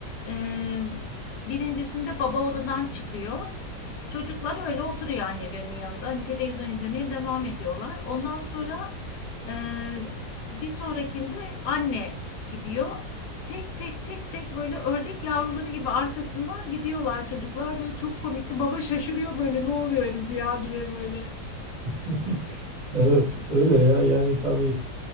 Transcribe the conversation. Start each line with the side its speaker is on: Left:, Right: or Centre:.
Left: Ee, birincisinde baba odadan çıkıyor. Çocuklar öyle oturuyor annelerinin yanında. Hani televizyon izlemeye devam ediyorlar. Ondan sonra e, bir sonrakinde anne gidiyor. Tek tek tek tek böyle ördek yavruları gibi arkasından gidiyorlar çocuklar. Böyle çok komikti. Baba şaşırıyor böyle ne oluyoruz ya diye böyle.
Right: <laughs> Evet öyle ya yani tabii